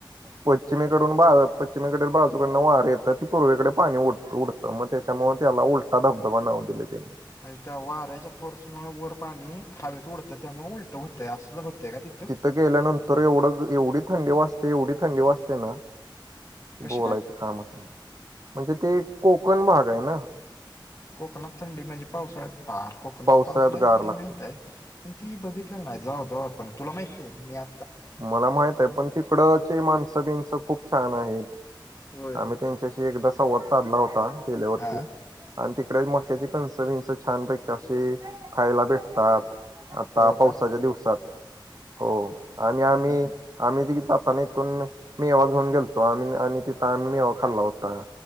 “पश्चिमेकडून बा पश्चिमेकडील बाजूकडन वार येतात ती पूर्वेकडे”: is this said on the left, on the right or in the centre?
Right